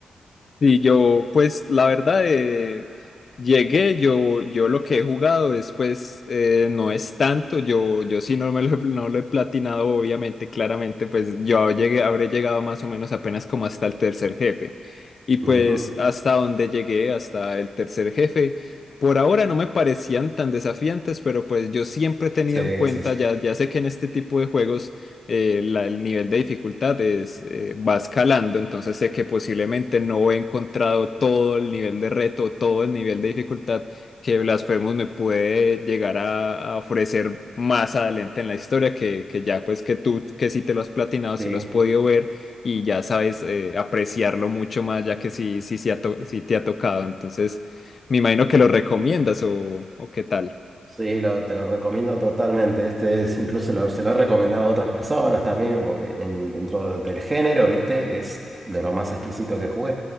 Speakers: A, on the left (about 55°); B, on the right (about 30°).
A: Y yo, pues la verdad, eh, llegué, yo, yo lo que he jugado es, pues, eh, no es tanto, yo, yo sí no, me lo, he- no lo he platinado, obviamente, claramente, pues yo llegué, habré llegado más o menos apenas como hasta el tercer jefe. Y pues
B: Ujú,
A: hasta donde llegué, hasta el tercer jefe, por ahora no me parecían tan desafiantes, pero pues yo siempre he tenido
B: Sí,
A: en cuenta,
B: sí, sí.
A: ya, ya sé que en este tipo de juegos eh, la- el nivel de dificultad es, eh, va escalando, entonces sé que posiblemente no he encontrado todo el nivel de reto, todo el nivel de dificultad que Blasphemous me puede llegar a, a ofrecer más adelante en la historia, que, que ya pues que tú que si te lo has platinado, si
B: Sí.
A: lo has podido ver y ya sabes eh, apreciarlo mucho más, ya que sí, sí, sí, ha to- sí te ha tocado, entonces me imagino que lo recomiendas o, o qué tal.
B: Sí, lo- te lo recomiendo totalmente. Este es, incluso lo- se lo he recomendado a otras personas también, porque en, dentro del género, ¿viste? Es de lo más exquisito que jugué.